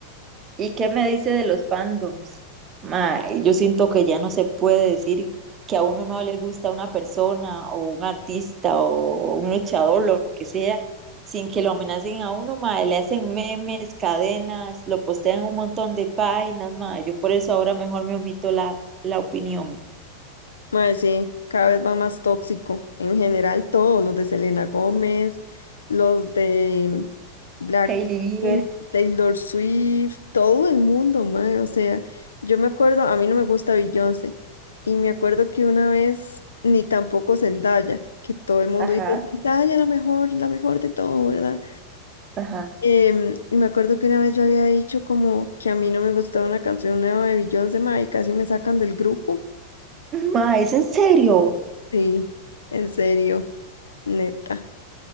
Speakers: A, on the right; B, on the left.
A: ¿Y qué me dice de los fandoms? Mae, yo siento que ya no se puede decir que a uno no le gusta una persona o un artista o un luchador, lo que sea, sin que lo amenacen a uno, mae, le hacen memes, cadenas, lo postean en un montón de páginas, mae. Yo por eso ahora mejor me omito la, la opinión.
B: Mae, sí, cada vez va más tóxico. En general, todos los de Selena Gómez, los de Blackpink,
A: Hailey Bieber,
B: Taylor Swift, todo el mundo, mae. O sea, yo me acuerdo, a mí no me gusta Beyoncé. Y me acuerdo que una vez, ni tampoco Zendaya, que todo el mundo
A: ajá,
B: dice Zendaya la mejor, la mejor de todo, ¿verdad?
A: ajá.
B: Em, y me acuerdo que una vez yo había dicho como que a mí no me gustaba una canción nueva de Beyoncé, mae, y casi me sacan del grupo.
A: Mae, ¿es en serio?
B: Sí, en serio, neta.